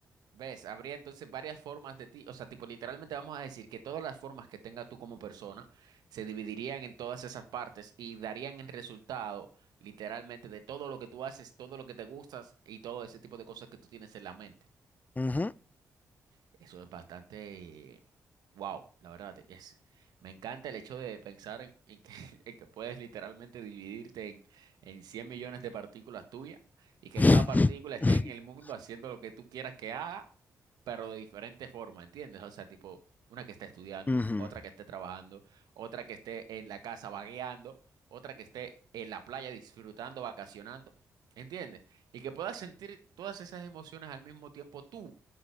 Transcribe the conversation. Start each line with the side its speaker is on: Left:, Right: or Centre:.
Right: ¿Ves? Habría entonces varias formas de ti, o sea, tipo literalmente vamos a decir que todas las formas que tenga tú como persona se dividirían en todas esas partes y darían el resultado literalmente de todo lo que tú haces, todo lo que te gustas y todo ese tipo de cosas que tú tienes en la mente.
Left: Ujú.
Right: Eso es bastante, wow, la verdad, es, me encanta el hecho de pensar en, en que, <laughs> en que puedes literalmente dividirte en, en 100 millones de partículas tuyas y que
Left: <laughs>
Right: cada partícula esté en el mundo haciendo lo que tú quieras que haga, pero de diferente forma, ¿entiendes? O sea, tipo, una que esté estudiando,
Left: Ujú.
Right: otra que esté trabajando, otra que esté en la casa vagueando, otra que esté en la playa disfrutando, vacacionando, ¿entiendes? Y que puedas sentir todas esas emociones al mismo tiempo tú